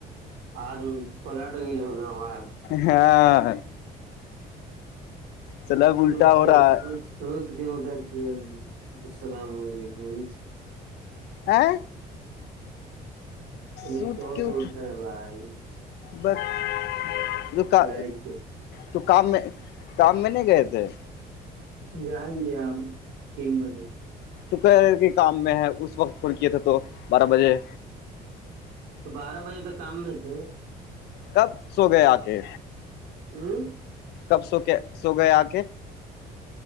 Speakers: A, on the right; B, on the left.
A: آج پلٹ گ ل ہو نا وار
B: ہاں سلب
A: سود
B: اللٹا ہو
A: کے
B: رہا ہے
A: سود کے ہوٹ السلام علیکم
B: آ
A: ابھی
B: سود
A: سو
B: کیوں
A: پہ اٹھ رہے ہیں بھائی
B: بس کا
A: بیٹھ کے
B: تو کام میں کام میں نہیں گئے تھے
A: جائیں گے آ ہم تگ بنے
B: توک کے کام میں ہے اس وقت کول کیا تھا تو بارہ بجے
A: تو بارہ بجے تک کام میں تھ
B: کب سو گئے آ کے
A: ہوں
B: کب سو کے سو گئے آ کے